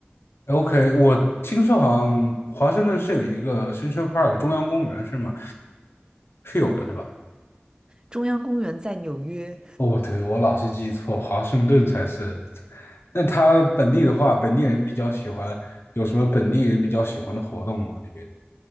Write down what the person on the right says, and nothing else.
嗯，
中央公园在纽约